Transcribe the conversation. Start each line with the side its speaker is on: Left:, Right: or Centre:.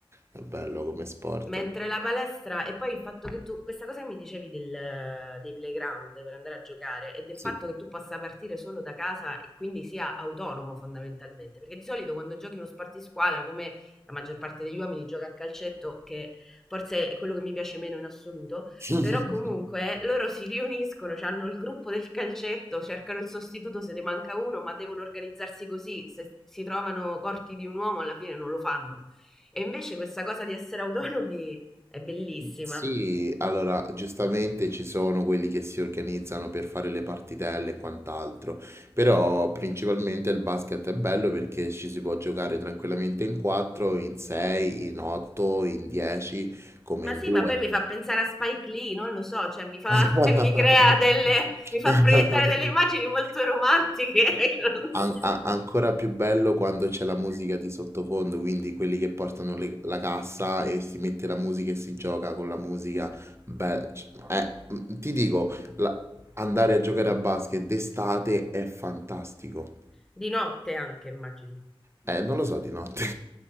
Right: è bello come sport.
Centre: Mentre la palestra, e poi il fatto che tu, questa cosa che mi dicevi del- dei playground per andare a giocare e del
Right: Sì.
Centre: fatto che tu possa partire solo da casa e quindi sia autonomo fondamentalmente, perché di solito quando giochi uno sport di squadra, come la maggior parte degli uomini gioca a calcetto, che forse è quello che mi piace meno in assoluto,
Right: <laughs>
Centre: però comunque loro si riuniscono, hanno il gruppo del calcetto, cercano il sostituto se ne manca uno, ma devono organizzarsi così, se si trovano corti di un uomo alla fine non lo fanno. E invece questa cosa di essere autonomi è bellissima.
Right: Sì, allora giustamente ci sono quelli che si organizzano per fare le partitelle e quant'altro, però principalmente il basket è bello perché ci si può giocare tranquillamente in 4, in 6, in 8, in 10, come
Centre: Ma
Right: in
Centre: sì,
Right: 2.
Centre: ma poi mi fa pensare a Spike Lee, non lo so, cioè mi fa,
Right: <laughs>
Centre: <laughs> mi crea delle, mi fa proiettare delle immagini molto romantiche, <laughs> non so.
Right: An- a- ancora più bello quando c'è la musica di sottofondo, quindi quelli che portano le- la cassa e si mette la musica e si gioca con la musica. Beh, c- eh, mm, ti dico, la- andare a giocare a basket d'estate è fantastico.
Centre: Di notte anche, immagino.
Right: Eh, non lo so di notte.